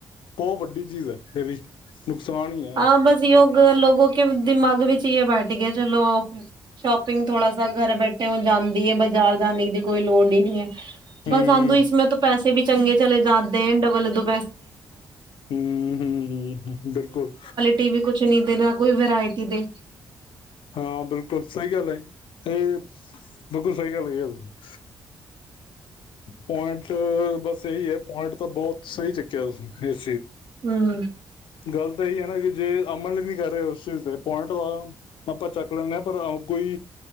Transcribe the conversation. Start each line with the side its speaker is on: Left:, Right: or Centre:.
Left: ਬਹੁਤ ਵੱਡੀ ਚੀਜ਼ ਹੈ । ਇਹ ਵੀ ਨੁਕਸਾਨ ਹੀ ਹੈ
Right: ਹਾਂ, ਬਸ ਯੋਗ ਲੋਕੋ ਕੇ ਦਿਮਾਗ ਵੀ ਵਿੱਚਏ ਬਾਰਟੀ ਚਲੋ ਔਫ ਸ਼ੋਪਿੰਗ ਥੋੜਾ ਸਾ ਘਰ ਬੈਠੇ ਹੁਣ ਜਾਂਦੀ ਹੈ। ਬਜ਼ਾਰ ਜਾਣੇ ਦੀ ਕੋਈ ਲੋੜ ਹੀ ਨਹੀਂ ਹੈ।
Left: ਹਮ
Right: ਬਸ ਆਉਂਦੇ ਇਸੇ ਤੋਂ ਪੈਸੇ ਵੀ। ਚੰਗੇ ਚਲੇ ਜਾਦੇ ਹੈ। ਡਬਲ ਤੋਂ
Left: ਹਮ ਹਮ ਹਮ ਬਿਲਕੁਲ
Right: ਟੀਵੀ ਕੁਛ ਨੀ ਦੇ ਨਾ ਕੋਈ ਵਰਾਇਟੀ ਹੈ <inaudible>
Left: ਹਾਂ ਬਿਲਕੁਲ ਸਹੀ ਗੱਲ ਏ। ਇਹ ਬਿਲਕੁਲ ਸਹੀ ਗੱਲ ਹੈ। ਤੁੂੰ <unintelligible> ਪੁਆਇੰਟ ਬਸ ਇਹੀ ਹੈ। ਪੁਆਇੰਟ ਤਾਂ ਬਹੁਤ ਸਹੀ ਚੁੱਕਿਆ ਤੁ <unintelligible>
Right: ਹਮ
Left: ਗੱਲ ਤਾਂ ਇਹੀ ਹੈ ਨਾ ਕਿ, ਜੇ ਅਮਲ ਹੀ ਨਹੀਂ ਕਰ ਰਹੇ ਉਸ ਚੀਜ਼ ਤੇ ਪੁਆਇੰਟ ਦਾ ਆਪਾਂ ਚੱਕ ਲੈਂਦੇ ਹਾਂ। ਪਰ ਕੋਈ